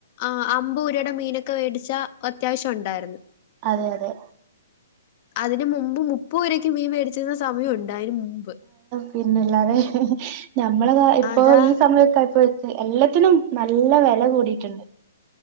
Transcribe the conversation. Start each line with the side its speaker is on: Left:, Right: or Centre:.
Left: ആ അമ്പ് രുടെ മീനൊക്കെ വേടിച്ചാ അത്യാ ശ്യം ഒണ്ടാരുന്നു
Right: അതെ അതെ
Left: അതിന് മുമ്പ് മുപ്പരുപക്ക് മീൻ മേടിച്ചിരുന്ന സമയം ഒണ്ട് അയിന് മുമ്പ്
Right: പിന്നെല്ലാതെ ഞമ്മള ഇപ്പൊ
Left: അതാ
Right: ഈ സമയക്കെ പ്പോ എല്ലാത്തിനും നല്ല വെല കൂടിട്ടുണ്ട്